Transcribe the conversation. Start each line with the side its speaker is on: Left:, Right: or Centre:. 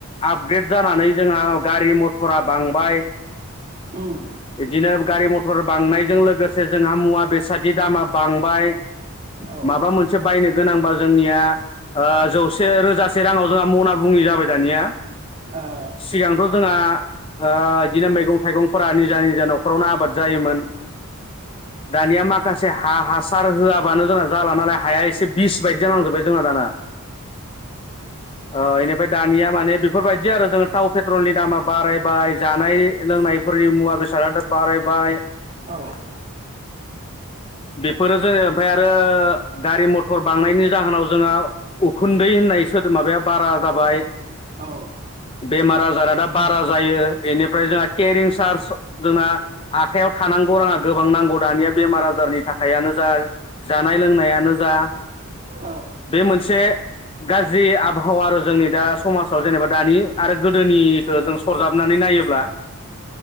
Left: आपग्रेड जानानै जोंहा गारि मथरा बांबाय। बिदिनो
Right: उम
Left: गारि मथर बांनायजों लोगोसे जोंहा मुवा बेसादनि दामा बांबाय
Right: औ ओ
Left: माबा मोनसे बायनो गोनांबा जोंनिया ओ जौसे रोजासे राङाव जोंहा मना बुंङै जाबाय दानिया
Right: औ
Left: सिगांथ' जोंहा ओ बिदिनो मैगं थाइगंफोरा निजा निजा न'खरावनो आबाद जायोमोन दानिया माखासे हा हासार होआबानो जोंना जाला नालाय हाया एसे बिस बायदि जानांजोबबाय जोंना दाना ओ इनिफ्राय दानिया माने बेफोरबायदि आरो जों थाव पेट्रलनि दामा बारायबाय जानाय। लोंनायफोरनि
Right: औ
Left: मुवा बेसाद
Right: औ
Left: केरिं सार्ज जोंना आखाइयाव थानांगौ राङा गोबां नांगौ दानिया बेमार आजारनि थाखायानो जा जानाय लोंनायानो जा
Right: औ
Left: बे मोनसे गाज्रि आबहावा आरो जोंनि दा समाजाव जेनेबा दानि आरो गोदोनिखो जों सरजाबनानै नायोब्ला ।